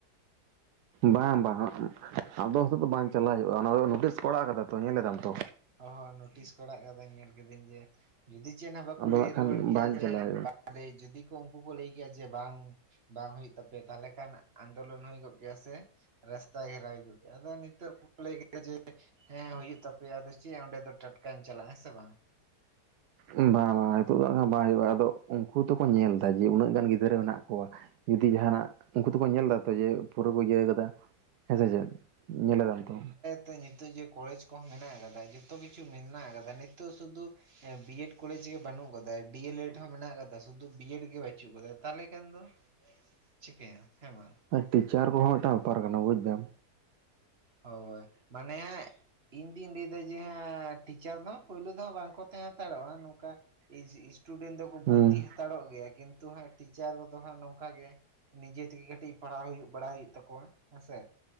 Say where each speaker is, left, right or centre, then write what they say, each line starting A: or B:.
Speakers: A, on the right; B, on the right.
A: ᱵᱟᱝ ᱵᱟᱝ ᱟᱫᱚ ᱚᱱᱛᱮ ᱫᱚ ᱵᱟᱝ ᱪᱟᱞᱟᱜ ᱦᱩᱭᱩᱜᱼᱟ ᱚᱱᱟ ᱫᱚ ᱱᱳᱴᱤᱥ ᱠᱚ ᱟᱲᱟᱜ ᱠᱟᱫᱟ ᱛᱚ ᱧᱮᱞᱫᱟᱢ ᱛᱚ᱾
B: ᱚ ᱦᱚᱸ ᱱᱳᱴᱤᱥ ᱠᱚ ᱟᱲᱟᱜ ᱠᱟᱫᱟ ᱧᱮᱞ ᱠᱮᱫᱟᱹᱧ ᱡᱮ ᱡᱩᱫᱤ ᱪᱮᱫ ᱦᱚᱸ ᱵᱟᱠᱚ
A: ᱟᱫᱚ
B: ᱞᱟᱹᱭ
A: ᱦᱟᱸᱜ ᱠᱷᱟᱱ
B: ᱨᱩᱣᱟᱹᱲ ᱠᱮᱭᱟ
A: ᱵᱟᱝ ᱪᱟᱞᱟᱜ
B: ᱥᱮ <unintelligible> ᱟᱞᱮ ᱡᱩᱫᱤ ᱠᱚ ᱩᱱᱠᱩ ᱠᱚ ᱞᱟᱹᱭ ᱠᱮᱭᱟ ᱡᱮ ᱵᱟᱝ ᱵᱟᱝ ᱦᱩᱭᱩᱜ ᱛᱟᱯᱮ ᱛᱟᱦᱞᱮ ᱠᱷᱟᱱ ᱟᱱᱫᱳᱞᱚᱱ ᱦᱚᱭ ᱠᱚᱜ ᱠᱮᱭᱟ ᱥᱮ ᱨᱟᱥᱛᱟ ᱜᱷᱮᱨᱟᱣ ᱦᱳᱭ ᱠᱚᱜ ᱜᱮᱭᱟ ᱟᱫᱚ ᱱᱤᱛᱚᱜ <inaudible> ᱞᱟᱹᱭ ᱠᱮᱫᱟ ᱡᱮ ᱦᱮᱸ ᱦᱩᱭᱩᱜ ᱛᱟᱯᱮᱭᱟ ᱟᱫᱚ ᱪᱮᱫ ᱚᱸᱰᱮ ᱫᱚ ᱴᱟᱴᱠᱟᱢ ᱪᱟᱞᱟᱜᱼᱟ ᱦᱮᱸ ᱥᱮ ᱵᱟᱝ?
A: ᱵᱟᱝ ᱵᱟᱝ ᱱᱤᱛᱚᱜ ᱫᱚ ᱵᱟᱝ ᱦᱩᱭᱩ-ᱟ ᱟᱫᱚ ᱩᱱᱠᱩ ᱫᱚᱠᱚ ᱧᱮᱞᱫᱟ ᱡᱮ ᱩᱱᱟᱹᱜ ᱜᱟᱱ ᱜᱤᱫᱽᱨᱟᱹ ᱢᱮᱱᱟᱜ ᱠᱚᱣᱟ᱾ ᱡᱩᱫᱤ ᱡᱟᱦᱟᱱᱟᱜ ᱩᱱᱠᱩ ᱫᱚᱠᱚ ᱧᱮᱞ ᱫᱟ ᱡᱮ ᱯᱩᱨᱟᱹ ᱠᱚ ᱤᱭᱟᱹ ᱠᱟᱫᱟ᱾ ᱦᱮᱸ ᱥᱮ ᱪᱮᱫ? ᱧᱮᱞ ᱫᱟᱢ ᱛᱚ᱾
B: ᱛᱮ ᱱᱤᱛᱚᱜ ᱡᱮ ᱠᱚᱞᱮᱡᱽ ᱠᱚᱦᱚᱸ ᱢᱮᱱᱟᱜ ᱟᱠᱟᱫᱟ ᱡᱚᱛᱚ ᱠᱤᱪᱷᱩ ᱢᱮᱱᱟᱜ ᱟᱠᱟᱫᱟ ᱱᱤᱛᱚᱜ ᱥᱩᱫᱩ ᱵᱤᱭᱮᱰ ᱠᱚᱞᱮᱡᱽ ᱜᱮ ᱵᱟᱹᱱᱩᱜ ᱠᱟᱫᱟ, ᱰᱤ ᱮᱞ ᱮᱰ ᱦᱚᱸ ᱢᱮᱱᱟᱜ ᱠᱟᱫᱟ ᱥᱩᱫᱷᱩ ᱵᱤᱭᱮᱰ ᱜᱮ ᱵᱟᱹᱪᱩᱜ ᱠᱟᱫᱟ ᱛᱟᱦᱞᱮ ᱠᱷᱟᱱ ᱫᱚ ᱪᱤᱠᱟᱹᱭᱟ ᱦᱮᱸ ᱵᱟ?
A: ᱟᱨ ᱴᱤᱪᱟᱨ ᱠᱚᱦᱚᱸ ᱢᱤᱫᱴᱟ ᱵᱮᱯᱟᱨ ᱠᱟᱱᱟ ᱵᱩᱡᱽᱫᱟᱢ᱾
B: ᱦᱳᱭ, ᱢᱟᱱᱮ ᱦᱟᱸᱜ᱾ ᱤᱧ ᱫᱩᱧ ᱞᱟᱹᱭᱫᱟ ᱡᱮᱻ ᱴᱤᱪᱟᱨ ᱫᱚ ᱯᱳᱭᱞᱳ ᱫᱚᱦ ᱵᱟᱝᱠᱚ ᱛᱟᱦᱮᱸ ᱦᱟᱛᱟᱲᱚᱜ-ᱟ ᱱᱚᱝᱠᱟ ᱤᱡᱤ, ᱤᱥᱴᱩᱰᱮᱱᱴ ᱫᱚᱠᱚ
A: ᱦᱩᱸ
B: ᱵᱷᱚᱨᱛᱤ ᱦᱟᱛᱟᱲᱚᱜ ᱜᱮᱭᱟ ᱦᱟᱸᱜ, ᱠᱤᱱᱛᱩ ᱦᱟᱸᱜ ᱴᱤᱪᱟᱨ ᱠᱚᱫᱚ ᱦᱟᱸᱜ ᱱᱚᱝᱠᱟ ᱜᱮ ᱱᱤᱡᱮ ᱛᱮᱜᱮ ᱠᱟᱹᱴᱤᱡ, ᱯᱟᱲᱦᱟᱣ ᱦᱩᱭᱩᱜ ᱵᱟᱲᱟᱭ ᱦᱩᱭᱩᱜ ᱛᱟᱠᱚᱣᱟ ᱦᱮᱸ ᱥᱮ᱾